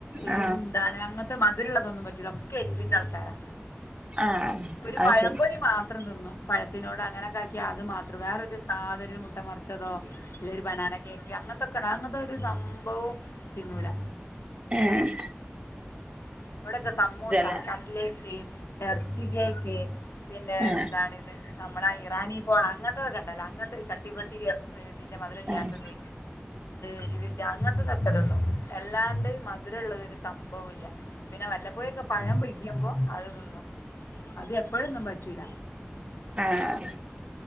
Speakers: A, on the left (about 80°); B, on the right (about 25°).
A: ഈ
B: ആ
A: എന്താണ് അങ്ങൻത്തെ മധുരള്ളതൊന്നും പറ്റൂല ഒക്കെ എരിവിന്റെ ആൾക്കാരാ
B: ആ
A: ഒരു
B: അത്
A: പഴംപൊരി
B: ശരി
A: മാത്രം തിന്നും പഴത്തിനോട് അങ്ങനെ താക്കി അത് മാത്രം വേറൊരു സാധനും ഒരു മുട്ട മർച്ചതോ അല്ലേ ഒരു ബനാന കേക്ക് അങ്ങൻത്തൊക്കെണ്ട് അങ്ങൻത്തൊര് സംഭവും തിന്നൂല
B: ഏഹ്
A: ഇവടൊക്കെ സമ്മുസ,
B: അല്ലേ
A: കടലേറ്റ്, എർച്ചി കേക്ക്, പിന്നെ
B: ആഹ്
A: എന്താണിത് നമ്മളെ ആ ഇറാനി പോള, അങ്ങൻത്തതൊക്കെണ്ടല്ലോ അങ്ങൻത്തെ ചട്ടിപ്പത്തിരി, എറച്ചി ഇതിന്റെ മധും ഇല്ലാത്തത്
B: ആഹ്
A: എരിവിന്റെ അങ്ങൻത്തതൊക്കെ തിന്നും അല്ലാത്തത് മധുരള്ളത് ഒരു സംഭവൂല്ല പിന്നെ വല്ലപ്പോയൊക്കെ പഴം പൊരിയ്ക്കുമ്പോ അത് തിന്നും അത് എപ്പഴൊന്നും പറ്റൂല
B: ഏഹ്